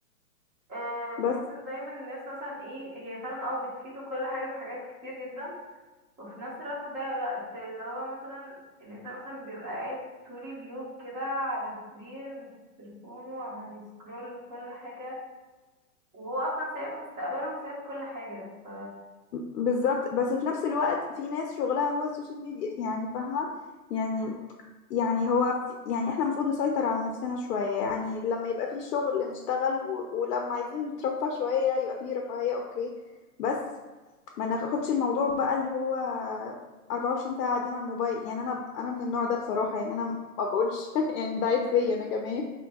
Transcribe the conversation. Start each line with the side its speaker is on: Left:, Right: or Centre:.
Right: أه بحس
Left: بس
Right: ان دايما الناس مثلا ايه هي فعلا اه بتفيد كل حاجة في حاجات كتير جدا وفي نفس الوقت بتضيع الوقت اللي هو مثلا الانسان مثلا بيبقى قاعد طول اليوم كده على السرير ماسك تليفونه وعمال يسكرول وكل حاجة وهو اصلا سايب مستقبله وسايب كل حاجة ف
Left: بالظبط بس في نفس الوقت في ناس شغلها هو السوشيال ميديا يعني فاهمة يعني
Right: مم.
Left: يعني هو في يعني احنا المفروض نسيطر على نفسنا شوية يعني لما يبقى في شغل نشتغل و... ولما عايزين نترفه شوية يبقى في رفاهية اوكي بس ما ناخدش الموضوع بقى اللي هو 24 ساعة قاعدين على الموبايل يعني انا انا من النوع ده بصراحة يعني انا ما بقولش <laughs> يعني ده عيب
Right: <laughs>
Left: فيا انا كمان